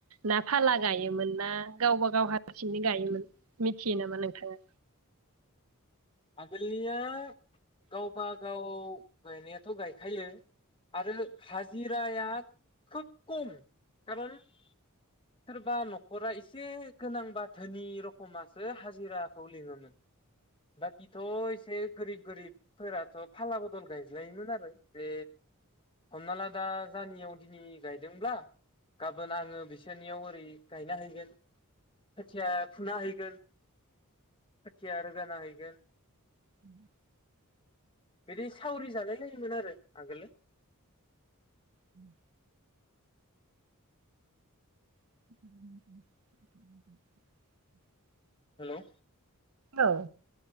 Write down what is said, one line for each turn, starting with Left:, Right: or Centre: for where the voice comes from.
Right: ना फाला गायोमोन ना गावबा गाव हारसिंङै गायोमोन मिथियो नामा नोंथाङा
Left: आगोलनिया गावबा गाव गायनायाथ' गायखायो आरो हाजि हाजिराया खोब खम खारन सोरबा न'खरा एसे गोनां बा धोनि रखमासो हाजिराखौ लिङोमोन बाखिथ' एसे गोरिब गोरिबफोराथ' फाला बदल गायज्लायोमोन आरो जे हमना ला दा जानियाव दिनै गायदोंब्ला गाबोन आङो बिसोरनियाव ओरै गायना हैगोन खोथिया फुना हैगोन खोथिया रोगाना होयो बेल
Right: उम
Left: बिदि सावरि जालाय लायोमोन आरो आगोलो
Right: उम <unintelligible>
Left: लौ
Right: औ